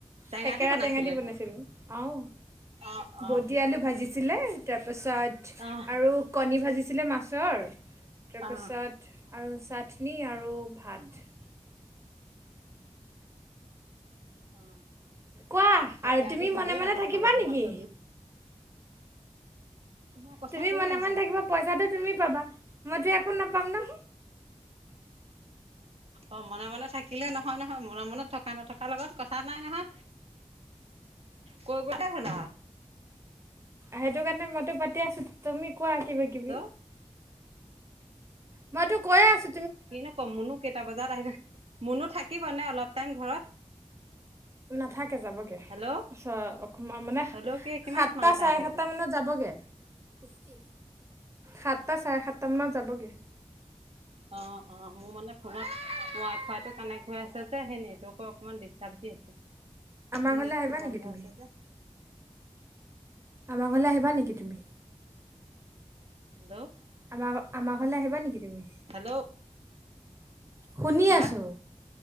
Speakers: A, on the right; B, on the right.
A: টেঙা
B: থেকেৰা
A: বনাইছিলে
B: টেঙা দি বনাইছিলো আহ
A: অ অ
B: বটি আলু ভাজিছিলে তাৰপিছত
A: অ
B: আৰু কণী ভিছিল আছিলে মাছৰ তাৰপিছত
A: অ
B: আৰু চাটনি আৰু ভাত
A: অ
B: কোৱা
A: থেকেৰা
B: আৰু তুমি
A: দি ভালেই
B: মনে মনে
A: লাগে
B: থাকিবা
A: খাবলৈ
B: নেকি
A: মাছৰ জোল মই কথা
B: তুমি
A: কৈয়ে
B: মনে
A: আছো
B: মনে থাকিব পইচাটো তুমি পাবা মইতো একো নাপাম ন <inaudible>
A: অ মনে মনে থাকিলে নহয় নহয় মনে মনে থকা নথকাৰ লগত কথা নাই নহয় ক গটা হল
B: সেইটো কাৰণে মইতো পাতি আছো তুমি কোৱা কিবা কিবি
A: হেল্ল'
B: মই তো কৈ আছো
A: কিনো কম মনো কেইটা বজাত আহিবা মনো থাকিব নে অলপ টাইম ঘৰত
B: নাথাকে যাবগে
A: হেল্ল'
B: ওচ অকমান মানে
A: হেল্ল' কি কিমান
B: সাতটা
A: মান টাইম
B: চাৰে
A: থাকিব
B: সাতটা মানত যাবগে থাত সাতটা চাৰে সাতটাামানত যাবগৈ
A: অ', অ', মোৰ মানে ফোনত ৱাই ফাইটো কানেক্ট হৈ আছে যে সেই নেটৱৰ্কৰ অকমান ডিষ্টাৰ দি আছে
B: আমাৰ
A: মোৰ
B: ঘৰলৈ
A: নটটো
B: আহিবা নেকি
A: বন্ধ
B: তুমি
A: আছে যে
B: আমাৰ ঘৰলৈ আহিবা নেকি তুমি
A: হেল্ল'
B: আমাৰ ঘ আমাৰ ঘৰলৈ আহিবা নেকি তুমি
A: হেল্ল'
B: শুনি
A: হা
B: আছোঁ